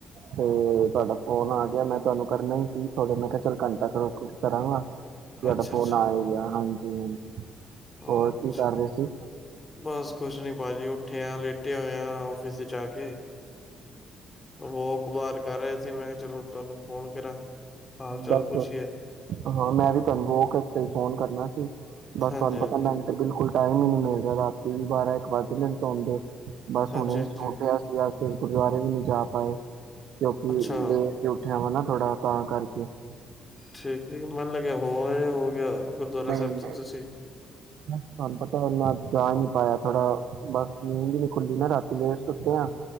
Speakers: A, on the right; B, on the left.
A: ਤੇ ਤੁਹਾਡਾ ਫੋਨ ਆ ਗਿਆ। ਮੈਂ ਤੁਹਾਨੂੰ ਕਰਨਾ ਹੀ ਸੀ ਥੋਡੇ, ਮੈਂ ਕਿਹਾ ਚੱਲ ਘੰਟਾ ਰੁਕ ਕੇ ਕਰਾਂਗਾ। ਹੈੱਡਫੋਨ
B: ਅੱਛਾ ਅੱਛਾ।
A: ਆ ਗਿਆ, ਹਾਂਜੀ। ਹਾਂਜੀ।
B: ਅੱਛਾ,
A: ਹੋਰ ਕੀ ਕਰ ਰਹੇ ਸੀ?
B: ਬਸ ਕੁਛ ਨੀ ਭਾਜੀ ਉਹ- ਉੱਠਿਆ ਲੇਟਿਆ ਹੋਇਆ ਆਫਿਸ ਚ ਆ ਕੇ। ਵਾਕ ਵਾਰ ਕਰ ਰਹੇ ਸੀ ਮੈਂ ਕਿਹਾ ਚਲੋ ਤੁਹਾਨੂੰ ਫੋਨ ਕਰਾਂ। ਹਾਲ ਚਾਲ
A: ਦਸ
B: ਪੁੱਛੀਏ।
A: ਹਾਂ ਮੈਂ ਵੀ ਤੁਹਾਨੂੰ ਬੋ ਕਰਤੇ ਫੋਨ ਕਰਨਾ ਸੀ। ਬਸ
B: ਹਾਂਜੀ
A: ਤੁਹਾਨੂੰ
B: ਹਾਂਜੀ
A: ਪਤਾ ਮੈਨੂੰ ਤਾਂ ਬਿਲਕੁਲ ਟਾਈਮ ਹੀ ਨੀ ਮਿਲਦਾ ਰਾਤੀ ਵੀ ਬਾਰਾਂ ਇੱਕ ਵੱਜ ਜੰਦੇ ਸੋਂਦੇ। ਬਸ
B: ਹਾਂਜੀ
A: ਹੁਣ <unintelligible>
B: ਹਾਂਜੀ
A: ਸੀਗਾ। ਫੇਰ ਗੁਰਦੁਆਰੇ ਵੀ ਨਹੀਂ ਜਾ ਪਾਏ। ਕਿਉਂਕਿ
B: ਅੱਛਾ।
A: ਲੇਟ ਜੋ ਉੱਠਿਆ ਵਾਨਾ। ਥੋੜਾ ਆਪ ਆ ਕਰਕੇ। <inaudible>
B: ਠੀਕ -ਠੀਕ ਮੰਨ ਲੱਗਿਆ ਹੋ <unintelligible> ਹੋ ਗਿਆ ਗੁਰਦੁਆਰਾ
A: ਨਹੀਂ-ਨਹੀਂ
B: ਸਾਹਿਬ ਤੇ ਤੁਸੀਂ।
A: ਤੁਹਾਨੂੰ ਪਤਾ ਨਾ। ਜਾ ਨੀ ਪਾਇਆ ਥੋੜ੍ਹਾ ਬਸ ਨੀਂਦ ਨੀ ਖੁੱਲੀ ਨਾ ਰਾਤੀ ਲੇਟ ਸੁੱਤੇ ਆ